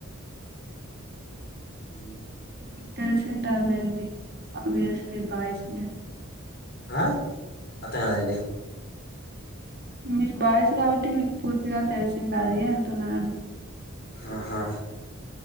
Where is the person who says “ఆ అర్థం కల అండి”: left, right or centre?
Left